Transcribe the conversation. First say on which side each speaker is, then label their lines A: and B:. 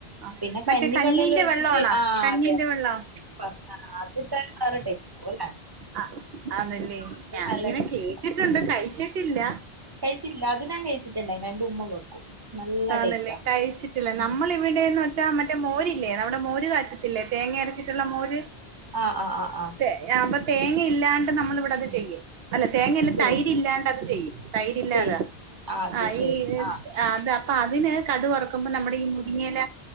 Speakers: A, on the right; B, on the right.
A: ആ
B: പിന്നെ
A: മറ്റേ
B: കഞ്ഞി
A: കഞ്ഞീന്റെ
B: വെള്ളേല്ലാം ഒഴിച്ചിട്ട്
A: വെള്ളമാണോ
B: ആഹ്
A: കഞ്ഞീന്റെ
B: അതെ
A: വെള്ളം
B: <unintelligible> <unintelligible>
A: ആഹ് ആന്നല്ലേ
B: അല്ലേ
A: ഞാനിങ്ങനെ
B: അത് നല്ല ടേസ്റ്റ്
A: കേട്ടിട്ടുണ്ട്
B: ഉണ്ടാവും
A: കഴിച്ചിട്ടില്ല
B: കഴിച്ചിട്ടില്ല അത് ഞാൻ കഴിച്ചിട്ടുണ്ടായിനു എന്റെ ഉമ്മ വെക്കും നല്ല
A: ആന്നല്ലേ
B: ടേസ്റ്റാ
A: കഴിച്ചിട്ടില്ല
B: ഉം
A: നമ്മളി വിടേന്ന് വെച്ചാൽ മറ്റേ മോരില്ലേ നമ്മുടെ മോര് കാച്ചത്തില്ലേ തേങ്ങ അരച്ചിട്ടുള്ള മോര്
B: ആഹ് ആഹ് ആഹ് ആഹ്
A: തേ അപ്പൊ തേങ്ങ ഇല്ലാണ്ട് നമ്മള് ഇവിടെ അത് ചെയ്യും അല്ല തേങ്ങല്ല
B: ശരി
A: തൈര് ഇല്ലാണ്ട് അത് ചെയ്യും തൈരില്ലാത
B: ശരി ആ അത്
A: ആഹ്
B: ശരി
A: ഈ
B: ആ
A: ആഹ് അത് അപ്പൊ അതിന് കടു വറുക്കുമ്പോ നമ്മുടെ ഈ മുരിങ്ങയില